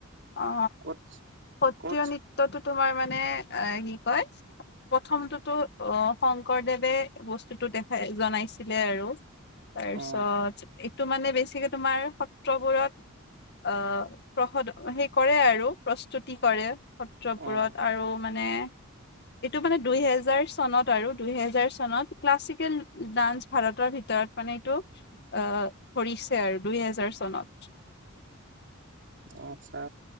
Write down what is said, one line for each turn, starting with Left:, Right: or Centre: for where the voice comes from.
Left: অ
Right: ক'ত
Left: সত্ৰিয়
Right: ক'ত
Left: নৃত। নৃত্যটো তোমাৰ মানে অ কি কয়। প্ৰথমটোতো অ শংকৰদেৱে বস্তুটো দেখাই জনাইছিলে আৰু। তাৰপিছত
Right: উম
Left: এইটো মানে বেছিকে তোমাৰ। সত্ৰবোৰত আহ প্ৰসত সেই কৰে আৰু প্ৰস্তুতি কৰে। সত্ৰপুৰত
Right: উম
Left: আৰু মানে। এইটো মানে দুইহেজাৰ চনত আৰু দুইহেজাৰ চনত ক্লাছিকেল ডান্স ভাৰতৰ ভিতৰত। মানে এইটো অ কৰিছে আৰু দুই হেজাৰ চনত।
Right: অ আচ্ছা